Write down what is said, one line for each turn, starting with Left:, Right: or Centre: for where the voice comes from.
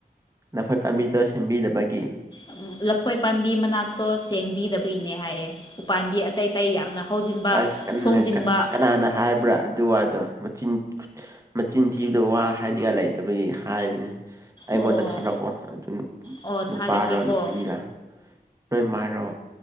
Right: ꯅꯐꯣꯏ ꯄꯥꯝꯕꯤꯗꯨ ꯁꯦꯝꯕꯤꯗꯕꯒꯤ꯫
Left: ꯎꯝ ꯂꯐꯣꯏ ꯄꯥꯝꯕꯤ ꯃꯅꯥꯛꯇꯣ ꯁꯦꯡꯕꯤꯗꯕꯒꯤꯅꯦ ꯍꯥꯏꯌꯦ꯫ ꯎꯄꯥꯝꯕꯤ ꯑꯇꯩ ꯑꯇꯩ ꯌꯥꯝꯅ ꯍꯧꯖꯤꯟꯕ
Right: ꯑꯁ ꯀꯟꯅ
Left: ꯁꯣꯡꯖꯤꯟꯕ
Right: ꯀꯅꯥꯅ ꯍꯥꯏꯕ꯭ꯔꯥ ꯑꯗꯨ ꯋꯥꯗꯣ ꯃꯆꯤꯟ ꯃꯆꯤꯟ ꯊꯤꯕꯗ ꯋꯥ ꯍꯥꯏꯅꯤꯡꯉꯥꯏ ꯂꯩꯇꯕꯒꯤ ꯍꯥꯏꯕꯅꯤ ꯑꯩꯉꯣꯟꯗ
Left: ꯑꯣ
Right: ꯊꯥꯔꯛꯑꯣ ꯑꯗꯨ
Left: ꯑꯣ ꯊꯥꯔꯛꯀꯦꯀꯣ
Right: ꯅꯨꯄꯥꯔ ꯅꯨꯄꯤꯔ ꯅꯣꯏ ꯃꯔꯣ